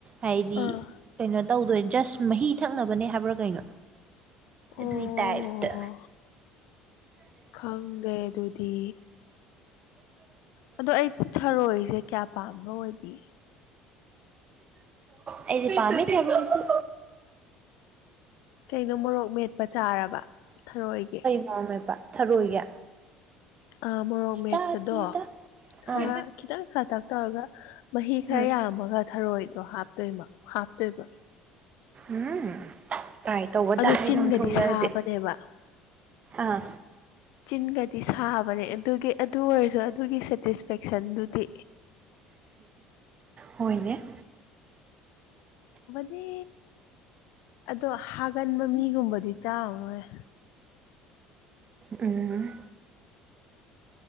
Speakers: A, on the right; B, on the left.
A: ꯍꯥꯏꯗꯤ
B: ꯑꯥ
A: ꯀꯩꯅꯣ ꯇꯧꯗꯣꯏ ꯖꯁ ꯃꯍꯤ ꯊꯛꯅꯕꯅꯦ ꯍꯥꯏꯕ꯭ꯔꯥ ꯀꯩꯅꯣ
B: ꯑꯣ
A: ꯑꯗꯨꯏ ꯇꯥꯏꯞꯇ
B: ꯈꯪꯗꯦ ꯑꯗꯨꯗꯤ ꯑ ꯑꯩ ꯊꯔꯣꯏꯁꯦ ꯀꯌꯥ ꯄꯥꯝꯕ ꯑꯣꯏꯗꯦ
A: ꯑꯩꯗꯤ ꯄꯥꯝꯃꯤ ꯊꯥꯔꯣꯢꯗꯤ
B: ꯀꯩꯅꯣ ꯃꯣꯔꯣꯛ ꯃꯦꯠꯄ ꯆꯥꯔꯕ ꯊꯔꯣꯏꯒꯤ
A: ꯄꯥꯝꯃꯦꯕ ꯊꯔꯣꯏ ꯁꯦ
B: ꯑꯥ ꯃꯣꯔꯣꯛ ꯃꯦꯠꯄꯗꯣ
A: ꯆꯥꯗ꯭ꯔꯤꯗ
B: ꯈꯔ
A: ꯑꯥ
B: ꯈꯤꯇꯪ ꯁꯥꯥꯇꯛ ꯇꯧꯔꯒ ꯃꯍꯤ ꯈꯔ
A: ꯎꯝ
B: ꯌꯥꯝꯃꯒ ꯊꯔꯣꯏꯗꯣ ꯍꯥꯞꯇꯣꯏꯃ ꯍꯥꯞꯇꯣꯏꯕ
A: ꯎꯝ ꯇꯥꯏ ꯇꯧꯕ
B: ꯑꯗꯣ
A: ꯗꯥꯏꯒꯨꯝ
B: ꯆꯤꯟꯒꯗꯤ
A: ꯊꯣꯛꯂꯛꯑꯗꯤ
B: ꯁꯥꯕꯅꯦꯕ
A: ꯑꯥ
B: ꯆꯤꯟꯒꯗꯤ ꯁꯥꯕꯅꯦ ꯑꯗꯨꯒꯤ ꯑꯗꯨ ꯑꯣꯏꯔꯁꯨ ꯑꯗꯨꯒꯤ ꯁꯦꯇꯤꯁꯐꯦꯛꯁꯟꯗꯨꯗꯤ
A: ꯍꯣꯏꯅꯦ
B: ꯅꯦ ꯑꯗꯣ ꯍꯥꯏ ꯀꯟꯕ ꯃꯤꯒꯨꯝꯕꯗꯤ ꯆꯥꯔꯔꯣꯏ
A: ꯎꯝ